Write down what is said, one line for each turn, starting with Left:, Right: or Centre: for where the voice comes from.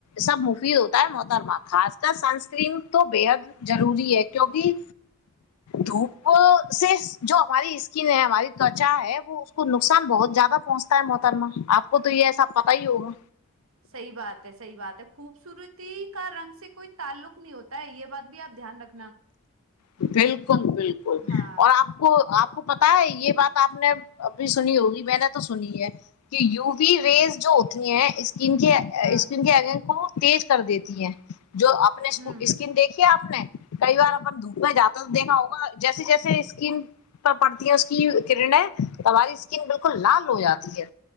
Left: سب مفی ہوتا ہے محترما خاص سنسکرین تو بے حد ضروری ہے کیوںکہ دھوپ سے جو ہماری اسکن ہے ہماری تچا ہے وہ اس کو نقصان بہت زیادہ پہنچتا ہے محترما آپ وہ تو ہی ایسا پتا ہی ہوگا
Right: صحی بات ہے صحی بات ہے خوبصورتی کا رنگ سے کوئی تعلق نہیں ہوتا ہے یہ بات بھی آپ دھیان رکھنا
Left: بالکل بالکل بالکل
Right: ہاں
Left: اور آپ کو آپ کو پت ہے یہ بات آپ نے ابھی سنی ہوگی میں نے تو سنی ہے کہ یو وی ریز جو ہوتی ہیں اس اسکن کے
Right: ہاں
Left: اسکن کے اگیں کو تیز کر دیتی ہیں جو اپنے
Right: ہوں
Left: اسکن دیکھی ہے آپ نے کئی بار اپن دھوپ میں جا تو دیکھا ہوگا جیسے جیسے اسکین پر پڑتی ہے اس کی کرنیں ہماری ن بالکل لال ہو جاتی ہے